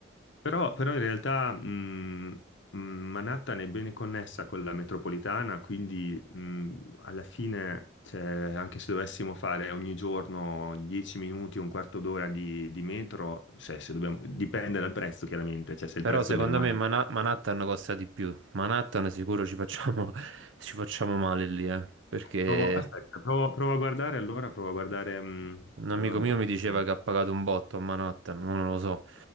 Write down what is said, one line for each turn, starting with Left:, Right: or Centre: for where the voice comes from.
Left: Però, però in realtà mh, mh, Manhattan è bene connessa con la metropolitana, quindi mh, alla fine, cioè, anche se dovessimo fare ogni giorno 10 minuti, un quarto d'ora di, di metro, cioè, se dobbiamo- dipende dal prezzo chiaramente, cioè se il
Right: Però
Left: prezzo
Right: secondo
Left: è bene o male.
Right: me Mana- Manhattan costa di più. Manhattan sicuro ci facciamo, <laughs> ci facciamo male lì, eh, perché
Left: Provo, aspetta, provo, provo a guardare allora, provo a guardare mh,
Right: Un
Left: eh,
Right: amico
Left: Brooklyn.
Right: mio mi diceva che ha pagato un botto a Manhattan, ma non lo so.